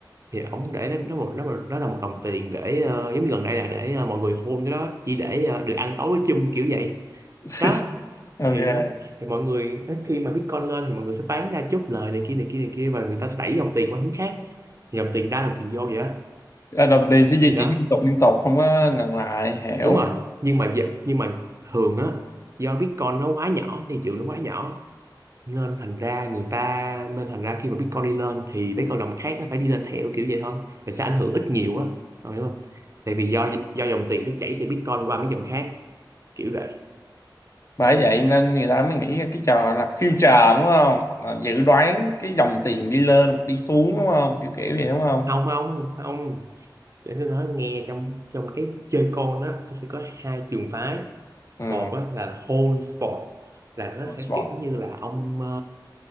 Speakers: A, on the right; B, on the left.
A: thì ổng để nó nó một nó, một- nó là một đồng tiền để ờ, giống như gần đây là để ờ, mọi người hôn cái đó chỉ để ờ, được ăn tối với chum kiểu vậy
B: <laughs>
A: đó
B: ok
A: thì đó thì mọi người khi mà Bitcoin lên thì mọi người sẽ bán ra chốt lời này kia này kia này kia và người ta sẽ đẩy dòng tiền qua hướng khác dòng tiền ra dòng tiền vô vậy đó
B: Là đồng tiền sẽ di
A: thì đó
B: chuyển liên tục liên tục không có ngừng lại hiểu
A: đúng rồi nhưng mà dạ- nhưng mà thường á do Bitcoin nó quá nhỏ thì chữ nó quá nhỏ nên thành ra người ta nên thành ra khi mà Bitcoin đi lên thì mấy con đồng khác nó phải đi lên theo kiểu vậy thôi thì sẽ ảnh hưởng ít nhiều á Ông hiểu không tại vì do do dòng tiền sẽ chảy từ Bitcoin qua mấy dòng khác kiểu vậy
B: bởi vậy nên người ta mới nghĩ ra cái trò gọi là future đúng không là dự đoán cái dòng tiền đi lên hoặc đi xuống đúng không kiểu kiểu vậy đúng không
A: không không không để tôi nói em nghe trong trong cái chơi con á nó sẽ có hai trường phái
B: ừ
A: một á, là whole sport là nó sẽ
B: Spot.
A: kiểu như là ông ờ,